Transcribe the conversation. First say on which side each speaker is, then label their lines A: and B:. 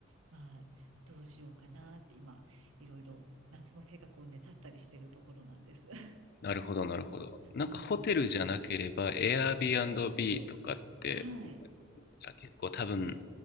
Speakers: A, on the right; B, on the left.
A: まあ、どうしようかなって今、いろいろ夏の計画をね、立ったりしてるところなんです。<laughs>
B: なるほど、なるほど。なんかホテルじゃなければ、
A: うん。
B: Airbnb
A: うん。
B: とかって、
A: はい。
B: あ結構多分